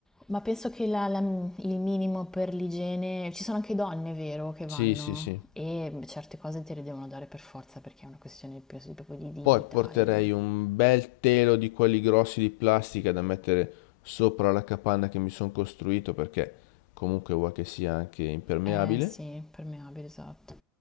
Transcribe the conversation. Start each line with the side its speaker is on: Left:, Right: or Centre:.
Centre: Ma penso che la- la- il minimo per l'igiene, ci sono anche donne, vero, che
Left: Sì,
Centre: vanno
Left: sì, sì.
Centre: e certe cose te le devono dare per forza perché è una questione più- proprio di dignità
Left: Poi porterei
Centre: e di...
Left: un bel telo di quelli grossi di plastica da mettere sopra la capanna che mi sono costruito perché comunque vuoi che sia anche impermeabile.
Centre: Eh sì, permeabile, esatto.